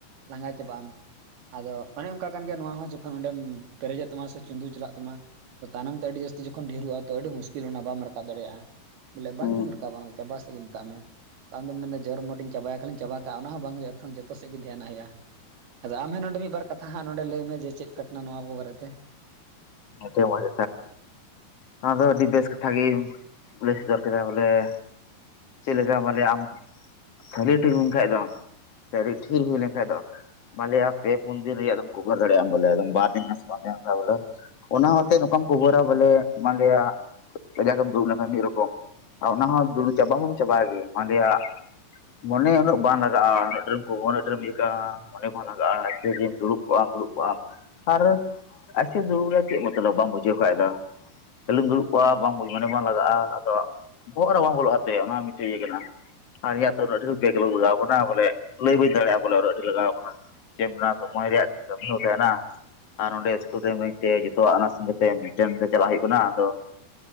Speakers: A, on the right (about 70°); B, on the left (about 50°).
A: ᱞᱟᱸᱜᱟ ᱪᱟᱵᱟᱜ ᱟᱢ᱾ ᱟᱫᱚ ᱚᱱᱮ ᱚᱱᱠᱟ ᱠᱟᱱ ᱜᱮᱭᱟ ᱱᱚᱣᱟ ᱦᱚᱸ ᱡᱚᱠᱷᱚᱱ ᱚᱸᱰᱮᱢ ᱯᱮᱨᱮᱡᱚᱜ ᱛᱟᱢᱟ ᱥᱮ ᱪᱩᱸᱫᱩ ᱪᱟᱞᱟᱜ ᱛᱟᱢᱟ ᱛᱟᱭᱱᱚᱢ ᱛᱮ ᱟᱹᱰᱤ ᱡᱟᱹᱥᱛᱤ ᱡᱚᱠᱷᱚᱱ ᱰᱷᱮᱨᱚᱜᱼᱟ ᱛᱚ ᱟᱹᱰᱤ ᱢᱩᱥᱠᱤᱞ ᱚᱱᱟ ᱵᱟᱢ ᱨᱟᱠᱟᱵ ᱫᱟᱲᱮᱭᱟᱜᱼᱟ᱾ ᱵᱚᱞᱮ
B: ᱦᱩᱸ
A: ᱵᱟᱝᱜᱤᱢ ᱨᱟᱠᱟᱵᱟ ᱚᱱᱟ ᱫᱚ ᱪᱟᱵᱟ ᱥᱮᱜ ᱜᱮ ᱢᱮᱛᱟᱜ ᱢᱮ᱾ ᱟᱢ ᱫᱚᱢ ᱢᱮᱱᱟ ᱡᱚᱨ ᱢᱚᱴᱤᱧ ᱪᱟᱵᱟᱭᱟ, ᱠᱷᱟᱞᱹᱤᱧ ᱪᱟᱵᱟ ᱠᱟᱜᱼᱟ᱾ ᱚᱱᱟ ᱦᱚᱸ ᱵᱟᱝ ᱦᱩᱭᱩᱜᱼᱟ ᱛᱚ ᱡᱚᱛᱚ ᱥᱮᱫ ᱜᱮ ᱫᱷᱭᱟᱱᱟᱜ ᱦᱳᱭᱳᱜᱼᱟ᱾ ᱟᱫᱚ ᱟᱢ ᱦᱮᱸ ᱱᱚᱰᱮ ᱢᱤᱫ ᱵᱟᱨ ᱠᱟᱛᱷᱟ ᱦᱟᱸᱜ ᱱᱚᱸᱰᱮ ᱞᱟᱹᱭ ᱢᱮ, ᱡᱮ ᱪᱮᱫᱠᱟ ᱠᱟᱱᱟ ᱱᱚᱣᱟ ᱠᱚ ᱵᱟᱨᱮ ᱛᱮ᱾
B: <unintelligible> ᱱᱚᱣᱟᱫᱚ ᱟᱹᱰᱤ ᱵᱮᱥ ᱠᱟᱛᱷᱟ ᱜᱮ ᱞᱟᱹᱭ ᱥᱚᱫᱚᱨ ᱠᱮᱫᱟ ᱵᱚᱞᱮ <unintelligible> ᱥᱮ ᱟᱹᱰᱤ ᱴᱷᱤᱠ ᱦᱩᱭ ᱞᱮᱱᱠᱷᱟᱡ ᱫᱚ ᱢᱟᱞᱮ ᱯᱮ ᱯᱩᱱ ᱫᱤᱱ ᱨᱮᱭᱟᱜ ᱫᱚ ᱠᱚᱵᱷᱟᱨ ᱫᱟᱲᱮᱭᱟᱜ-ᱟᱢ ᱵᱚᱞᱮᱫᱚᱢ ᱵᱟᱨ ᱫᱤᱱ <unintelligible> ᱵᱚᱞᱮ ᱚᱱᱟ ᱦᱚᱛᱮ ᱱᱚᱝᱠᱟᱢ ᱠᱷᱚᱵᱟᱨᱟ ᱵᱚᱞᱮ ᱢᱟᱞᱮᱭᱟ ᱠᱟᱡᱟᱠᱮᱢ ᱫᱩᱲᱩᱵ ᱞᱮᱱᱠᱷᱟᱱ ᱢᱤᱫ ᱨᱚᱠᱚᱢ, ᱟᱨ ᱚᱱᱟ ᱦᱚᱸ ᱫᱩᱲᱩᱵ ᱪᱟᱵᱟᱵᱚᱱ ᱪᱟᱵᱟᱭᱮ ᱢᱟᱱᱞᱤᱭᱟ ᱢᱚᱱᱮ ᱩᱱᱟᱹᱜ ᱵᱟᱝ ᱞᱟᱜᱟᱜᱼᱟ ᱰᱨᱤᱢ ᱠᱚ ᱩᱱᱟᱹ ᱰᱨᱤᱢ ᱤᱭᱟᱹ ᱠᱟᱜ-ᱟ᱾ ᱠᱷᱚᱱ ᱞᱟᱜᱟᱜᱼᱟ ᱟᱪᱪᱷᱟ ᱴᱷᱤᱠ ᱫᱩᱲᱩᱵ ᱠᱚᱜ ᱟᱢ ᱫᱩᱲᱩᱵ ᱠᱚᱜ ᱟᱢ ᱟᱨ ᱟᱥᱮ ᱫᱩᱲᱩᱵ ᱨᱮ <unintelligible> ᱪᱮᱫ ᱢᱚᱛᱚᱞᱚᱵ ᱵᱟᱢ ᱵᱩᱡᱷᱟᱹᱣ ᱠᱷᱟᱱ ᱫᱚ ᱠᱷᱟᱹᱞᱤᱢ ᱫᱩᱲᱩᱵ ᱠᱚᱜᱼᱟ ᱵᱟᱝ ᱢᱚᱱᱮ ᱵᱟᱝ ᱞᱟᱜᱟᱜᱼᱟ ᱟᱫᱚ ᱵᱚᱦᱚᱜ ᱨᱮ ᱵᱟᱝ ᱵᱚᱞᱚᱜᱟ ᱛᱚᱭᱟ ᱚᱱᱟ ᱢᱤᱫᱴᱮᱱ ᱤᱭᱟᱹ ᱠᱟᱱᱟ, ᱟᱨ ᱤᱧᱟᱜ ᱫᱚ ᱩᱱᱟᱹᱜ ᱰᱷᱮᱨ ᱵᱮᱜᱽ ᱞᱟᱜᱟᱣ ᱠᱟᱱᱟ ᱵᱚᱞᱮ ᱞᱟᱹᱭ ᱵᱟᱹᱧ ᱫᱟᱲᱮᱭᱟᱜ ᱵᱚᱞᱮ ᱩᱱᱟᱹᱜ ᱰᱷᱮᱨ ᱞᱟᱜᱟᱣ ᱠᱟᱱᱟ᱾ ᱪᱮᱫ ᱢᱮᱱᱟ ᱥᱚᱢᱚᱭ ᱨᱮᱭᱟᱜ ᱠᱟᱹᱢᱤ ᱫᱚ ᱛᱟᱦᱮᱱᱟ ᱟᱨ ᱱᱚᱸᱰᱮ ᱤᱥᱠᱩᱞ ᱨᱮ ᱤᱢᱱᱤ ᱛᱮ ᱛᱚ ᱚᱱᱟ ᱥᱚᱸᱜᱮ ᱛᱮ ᱢᱤᱫᱴᱮᱱ ᱛᱮ ᱪᱟᱞᱟᱜ ᱦᱩᱭᱩᱜ ᱠᱟᱱᱟ ᱟᱫᱚ